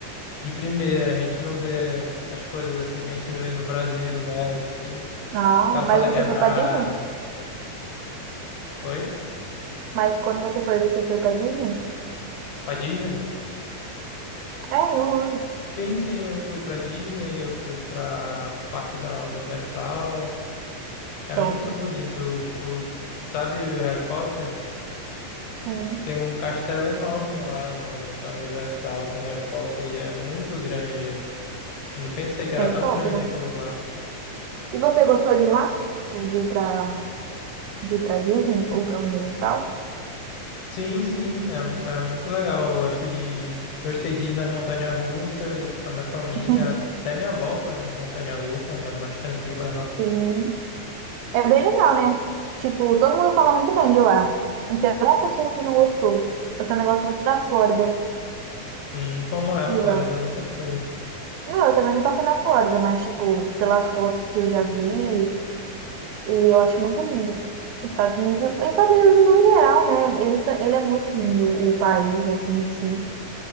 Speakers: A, on the left; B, on the right.
A: de primeira. A gente não vê as coisas assim que a gente vê no Brasil, né? Tipo,
B: Ah,
A: calçada
B: mas você
A: quebrada.
B: foi pra Disney?
A: Oi?
B: Mas quando você foi, você foi pra Disney?
A: Pra Disney?
B: É, em Orlando.
A: Sim, sim, eu fui pra Disney, eu fui pra pro Parque da Universal. É
B: Top.
A: muito bonito, tipo, sabe o Harry Potter?
B: Sim.
A: Tem um castelo enorme lá no da Universal do Harry Potter e é muito grande. ele. Não pensei que era
B: É
A: tão
B: top,
A: grande
B: né?
A: aquilo lá.
B: E você gostou de lá? Tipo, de ir pra, de ir pra Disney ou pra Universal?
A: Sim, sim, é, é muito legal. Eu gosto de, gostei de ir nas montanhas-russas, eu fui com a minha família.
B: <laughs>
A: Até minha avó foi em montanha-russa, mas mais tranquilas lá.
B: Sim. É bem legal, né? Tipo, todo mundo fala muito bem de lá. Não tem uma pessoa que não gostou. Eu também gosto muito da Flórida,
A: Hum, como é a
B: de
A: Flórida,
B: lá.
A: eu nunca fui.
B: Não, eu também nunca fui na Flórida, mas, tipo, pelas fotos que eu já vi, e eu acho muito lindo. Estados Unidos, Estados Unidos no geral, né? Ele, só- ele é muito lindo, o país, assim, em si.